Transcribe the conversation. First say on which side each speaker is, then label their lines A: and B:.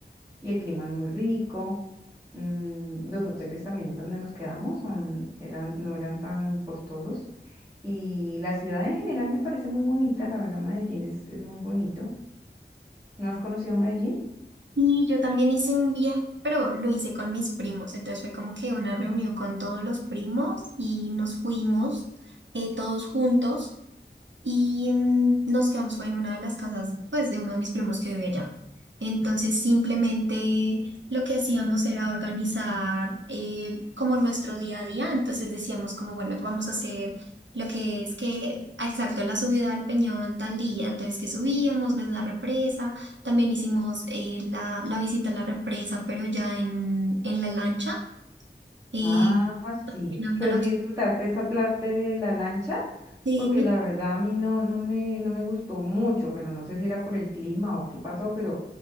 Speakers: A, on the right; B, on the right.
A: y el clima es muy rico. mm, los hoteles también donde nos quedamos son, eran, no eran tan costosos. Y la ciudad en general me parece muy bonita, la verdad Medellín es, es muy bonito. ¿No has conocido Medellín?
B: Y yo también hice un viaje, pero lo hice con mis primos, entonces fue como que una reunión con todos los primos y nos fuimos eh, todos juntos. Y mm, nos quedamos, fue en una de las casas, pues, de uno de mis primos que vivía allá. Entonces, simplemente lo que hacíamos era organizar eh, como nuestro día a día. Entonces decíamos como, bueno, vamos a hacer lo que es que, exacto, la subida al Peñón tal día. Entonces, que subíamos, ves la represa. También hicimos eh, la, la visita a la represa, pero ya en, en la lancha. Eh,
A: Ah,
B: también
A: sí.
B: había
A: Pero
B: la
A: sí disfrutarte esa parte de la lancha,
B: opción.
A: porque la verdad a mí no, no me, no me gustó mucho, pero no sé si era por el clima o qué pasó, pero,